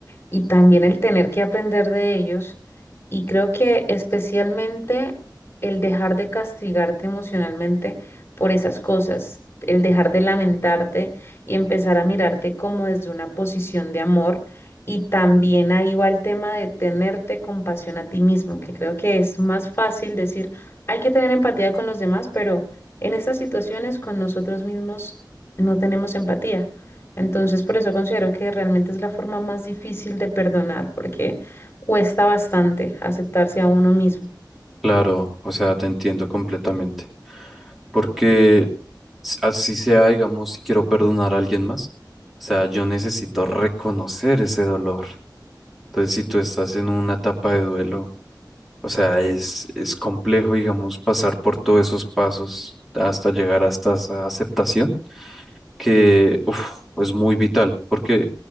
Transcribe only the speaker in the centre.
Claro, o sea, te entiendo completamente. Porque s- así sea, digamos, si quiero perdonar a alguien más, o sea, yo necesito reconocer ese dolor. Entonces, si tú estás en una etapa de duelo, o sea, es, es complejo, digamos, pasar por todos esos pasos hasta llegar hasta esa aceptación, que uf, es muy vital, porque